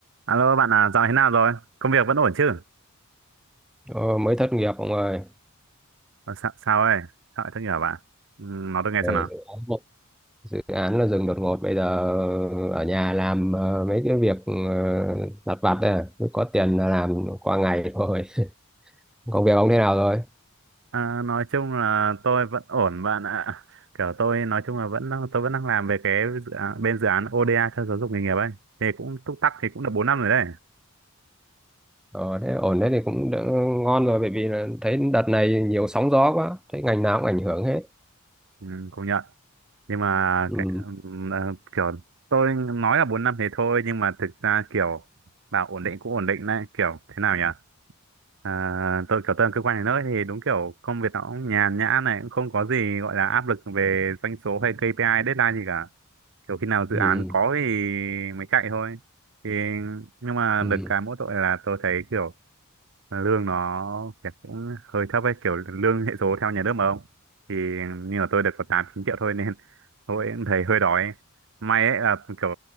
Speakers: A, on the right (about 60°); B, in the centre.
A: Alo bạn à, dạo thế nào rồi? Công việc vẫn ổn chứ?
B: Ờ, mới thất nghiệp ông ơi
A: Ờ, Sao, sao ấy? Sao lại thất nghiệp bạn? Ừ, nói tôi nghe
B: Ờ,
A: xem nào.
B: dự án dự án là dừng đột ngột bây giờ ở nhà làm ờ, mấy cái việc ờ, lặt vặt đây à. Mới có tiền là làm qua ngày thôi công việc ông thế nào rồi
A: À, nói chung là tôi vẫn ổn bạn ạ. Kiểu tôi nói chung là vẫn đang- tôi vẫn đang làm về cái dự án, bên dự án ODA cho giáo dục nghề nghiệp ấy. Thì cũng túc tắc thì cũng được bốn năm rồi đấy.
B: ờ, thế ổn thế thì cũng đỡ, ngon rồi bởi vì là thấy đợt này nhiều sóng gió quá thấy ngành nào cũng ảnh hưởng hết
A: Ừ, công nhận. Nhưng mà
B: ừ,
A: cái, ừm, ờ, kiểu tôi nói là 4 năm thì thôi nhưng mà thực ra kiểu bảo ổn định cũng ổn định đấy, kiểu thế nào nhỉ? À, tôi kiểu tôi làm cơ quan nhà nước thì đúng kiểu công việc nó cũng nhàn nhã này cũng không có gì gọi là áp lực về doanh số hay KPI deadline gì cả kiểu khi nào dự
B: ừ,
A: án có thì mới chạy thôi thì nhưng mà
B: ừ.
A: được cái mỗi tội là tôi thấy kiểu lương nó kiểu cũng hơi thấp ấy kiểu lương hệ số theo nhà nước mà không thì như là tôi được có tám chín triệu thôi nên <laughs> tôi cũng thấy hơi đói may ấy là kiểu